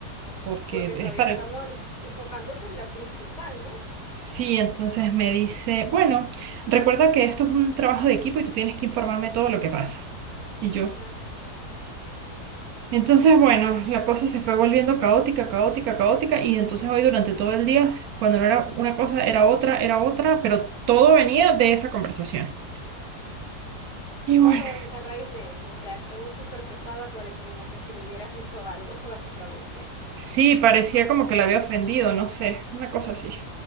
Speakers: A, on the right; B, on the left.
A: porque
B: porque todavía
A: es para...
B: estamos en- enfocándote en la principal, ¿no?
A: Sí, entonces me dice, bueno, recuerda que esto es un trabajo de equipo y tú tienes que informarme todo lo que pasa. Y yo.
B: Ah,
A: Entonces,
B: mm,
A: bueno, la cosa se fue volviendo caótica, caótica, caótica y entonces hoy durante todo el día, cuando no era una cosa, era otra, era otra, pero todo venía de esa conversación. Y
B: todo
A: bueno,
B: en- a raíz de eso, o sea, estuvo súper pesada por eso, como que si le hubieras hecho algo, <laughs> básicamente.
A: sí, parecía como que la había ofendido, no sé, una cosa así.